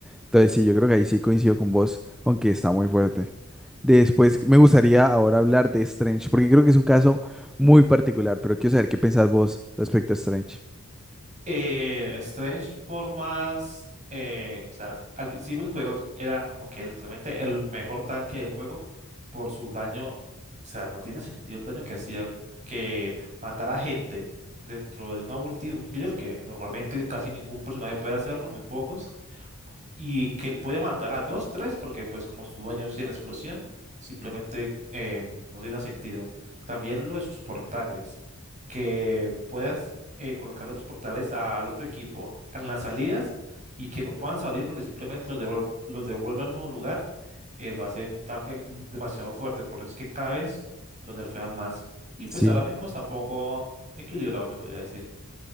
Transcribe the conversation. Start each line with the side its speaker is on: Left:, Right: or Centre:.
Centre: Entonces, sí, yo creo que ahí sí coincido con vos, aunque está muy fuerte. Después me gustaría ahora hablar de Strange, porque creo que es un caso muy particular, pero quiero saber qué pensás vos respecto a Strange.
Right: Eh, Strange por más, eh, o sea, al principio del juego era como que literalmente el mejor tanque del juego por su daño, o sea, no tenía sentido el daño que hacía que matara gente dentro de una ulti de un healer que normalmente casi ningún personaje puede hacerlo, muy pocos, y que él puede matar a dos, tres, porque pues como su dueño tiene explosión, simplemente eh, no tiene sentido. También lo de sus portales, que puedas eh, colocarle los portales al otro equipo en las salidas y que no puedan salir porque simplemente los devuel- los devuelve al mismo lugar, eh, lo hace un tanque demasiado fuerte, por eso es que cada vez lo nerfean más. Y
Centre: sí
Right: pues ahora mismo está un poco equilibrado, se podría decir. <laughs>